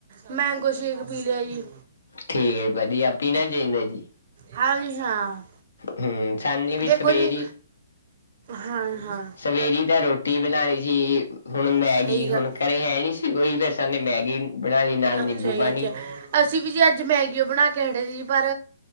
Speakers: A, on the right; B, on the left.
A: ਮੈਂਗੋ ਸ਼ੇਕ ਪੀ ਲਿਆ ਜੀ।
B: ਠੀਕ ਜੀ ਵਧੀਆ ਪੀਨਾ ਨਾ ਚਾਹੀਦਾ ਜੀ।
A: ਹਾਂਜੀ, ਹਾਂ
B: ਹੂੰ ਸਾਨੇ ਵੀ
A: ਦੇਖੋ
B: ਸਵੇਰੀ
A: ਜੀ ਹਾਂ। ਹਾਂ
B: ਸਵੇਰੀ ਤਾਂ ਰੋਟੀ ਬਣਾਣੀ ਸੀ ਜੀ, ਹੁਣ ਮੈਗੀ
A: ਸਹੀ
B: ਹੁਣ
A: ਗੱਲ
B: ਘਰੇ ਹੈ ਨੀ ਸੀ ਕੋਈ ਫੇਰ ਸਾਨੇ ਮੈਗੀ ਬਣਾ ਲਈ ਨਾਲ
A: ਅੱਛਾ
B: ਨਿੰਬੂ ਪਾਣੀ
A: ਜੀ ਅੱਛਾ ਅਸੀਂ ਵੀ ਜੀ ਅੱਜ ਮੈਗੀ ਓ ਬਣਾ ਕੇ ਖੜੇ ਸੀ ਪਰ